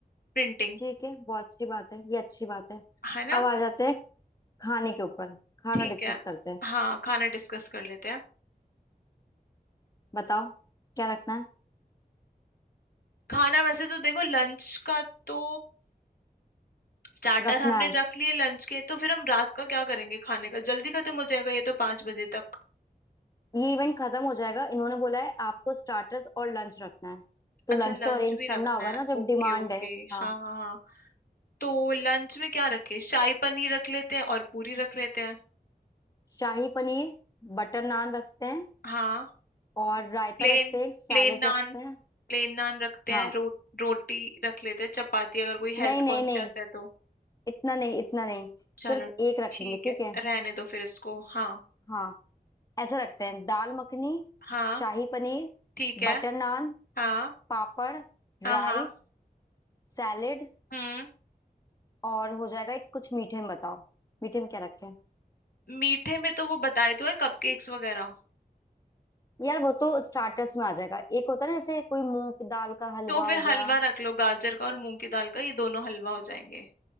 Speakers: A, on the left (about 70°); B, on the left (about 20°).
A: प्रिंटिंग
B: ठीक है बहुत अच्छी बात है ये अच्छी बात है
A: है ना
B: अब आ जाते हैं खाने के ऊपर खाना
A: ठीक
B: डिस्कस
A: है
B: करते हैं
A: हाँ खाना डिस्कस कर लेते हैं
B: बताओ क्या रखना है
A: खाना वैसे तो देखो लंच का तो स्टार्टर
B: रखना
A: हमने
B: है
A: रख लिए लंच के तो फिर हम रात का क्या करेंगे खाने का जल्दी खत्म हो जाएगा ये तो पांच बजे तक
B: ये इवेंट खत्म हो जाएगा इन्होंने बोला है आपको स्टार्टर्स और लंच रखना है तो
A: अच्छा
B: लंच
A: लंच
B: तो अरेंज
A: भी
B: करना
A: रखना
B: होगा
A: है
B: ना जब
A: ओके
B: डिमांड
A: ओके
B: है हाँ
A: हाँ हाँ हाँ तो लंच में क्या रखे शाही पनीर रख लेते हैं और पूरी रख लेते हैं
B: शाही पनीर बटर नान रखते हैं
A: हाँ
B: और रायता
A: Plain
B: रखते हैं सैलेड
A: plain naan
B: रखते हैं
A: plain naan रखते
B: हाँ
A: हैं रो, रोटी रख लेते हैं चपाती अगर कोई
B: नहीं
A: हेल्थ
B: नहीं
A: कॉन्शियस
B: नहीं
A: है तो
B: इतना नहीं इतना नहीं
A: चलो
B: सिर्फ एक रखेंगे
A: ठीक
B: ठीक
A: है
B: है
A: रहने दो फिर इसको हाँ
B: हाँ ऐसा रखते हैं dal makhani
A: हाँ
B: shahi paneer
A: ठीक है
B: butter naan
A: हाँ
B: papad rice
A: हाँ हाँ
B: salad
A: हम्म
B: और हो जाएगा एक कुछ मीठे में बताओ मीठे में क्या रखें
A: मीठे में तो वो बताए तो है कपकेक्स वगैरह
B: यार वो तो स्टार्टर्स में आ जाएगा एक होता है ना जैसे कोई मूंग दाल का हलवा
A: तो फिर
B: हो गया
A: हलवा रख लो गाजर का और मूंग की दाल का ये दोनों हलवा हो जाएंगे